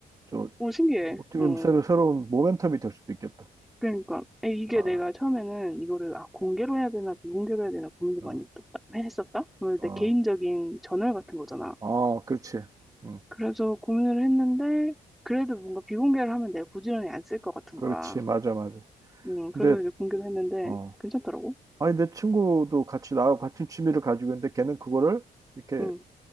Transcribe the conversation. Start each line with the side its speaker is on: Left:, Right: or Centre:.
Right: 저,
Centre: 오, 신기해.
Right: 어떻게
Centre: 어.
Right: 보면 새로, 새로운 모멘텀이 될 수도 있겠다.
Centre: 그러니까. 에, 이게
Right: 아,
Centre: 내가 처음에는 이거를, 아, 공개로 해야 되나, 비공개로 해야 되나 고민을
Right: 아,
Centre: 많이 했었다. 했었다? 오늘
Right: 아,
Centre: 내 개인적인 저널 같은 거잖아.
Right: 아, 그렇지. 음,
Centre: 그래서 고민을 했는데, 그래도 뭔가 비공개를 하면 내가 부지런히 안 쓸 것 같은
Right: 그렇지.
Centre: 거야.
Right: 맞아, 맞아.
Centre: 음,
Right: 근데,
Centre: 그래서 이제 공개를 했는데,
Right: 어,
Centre: 괜찮더라고.
Right: 아니, 내 친구도 같이 나하고 같은 취미를 가지고 있는데 걔는 그거를 이렇게
Centre: 응,